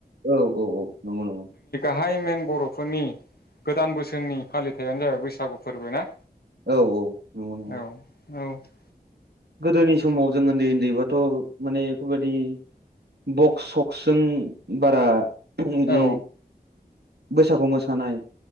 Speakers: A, on the right; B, on the left.
A: औ औ औ नंगौ नंगौ ।
B: गाहाय मेन बर'फोरनि गोदान बोसोरनि फालिथाइयानो जाबाय बैसागु फोरबो ना?
A: औ औ नंगौ नंगौ
B: औ
A: ।
B: औ ।
A: गोदोनि समाव जों ओन्दै ओन्दैबाथ' माने बेफोरबादि बक्स सक्सजों बारा इदि इदि
B: औ
A: बैसागु मोसानाय